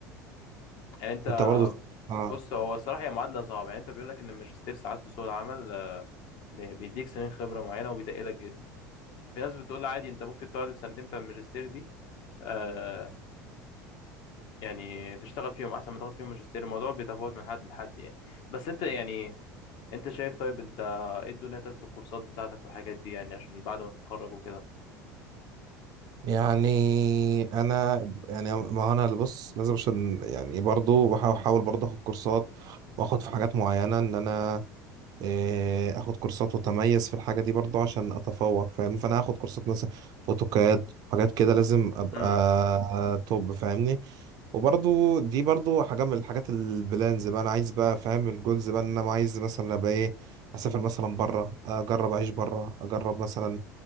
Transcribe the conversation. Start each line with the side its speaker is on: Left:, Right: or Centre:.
Left: يعني انت
Right: أنت برضو آه
Left: بص هو الصراحه هي معادله صعبه يعني انت بيقول لك ان الماجستير ساعات في سوق العمل آه، بي- بيديك سنين خبره معينه وبيتقلك جدا في ناس بتقول عادي انت ممكن تقعد السنتين بتاع الماجستير دي آه يعني تشتغل فيهم احسن ما تاخد فيهم ماجستير الموضوع بيتفاوت من حد لحد يعني بس انت يعني انت شايف طيب انت ايه الدنيا طيب في الكورسات بتاعتك والحاجات دي يعني عشان بعد ما تتخرج وكده
Right: يعني انا يعني ما هو انا اللي بص لازم عشان يعني برضو بحاول بحاول برضو اخد كورسات واخد في حاجات معينه ان انا إيه، اخد كورسات واتميز في الحاجه دي برضو عشان اتفوق فاهمني فانا هاخد كورسات مثلا فوتوكاد حاجات كده لازم ابقى
Left: امم
Right: توب فاهمني وبرضو دي برضو حاجه من الحاجات البلانز بقى انا عايز بقى فاهم الجولز بقى ان انا عايز مثلا ابقى ايه اسافر مثلا بره اجرب اعيش بره اجرب مثلا